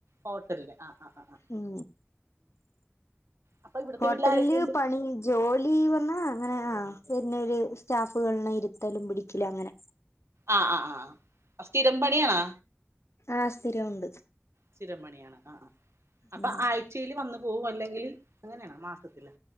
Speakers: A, on the right; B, on the left.
A: ഹോട്ടലില് ആ ആ ആ ആ
B: ഉം
A: അപ്പൊ ഇവിടുത്തെ
B: ഹോട്ടലില്
A: വീട്ടിൽ ആരൊക്കെയുണ്ട്
B: പണി ജോലി പറഞ്ഞാ അങ്ങനെ ആ പിന്നെ ഒരു സ്റ്റാഫുകളിനെ ഇരുത്തലും പിടിക്കലും അങ്ങനെ
A: ആഹ് ആഹ് ആഹ് സ്ഥിരം പണിയാണാ
B: ആ സ്ഥിരണ്ട്
A: സ്ഥിരം പണിയാണ് ആഹ് ആഹ് അപ്പൊ
B: ഉം
A: ആഴ്ചയിയില് വന്നു പോകും അല്ലെങ്കിൽ അങ്ങനെയാണ് മാസത്തിലൊ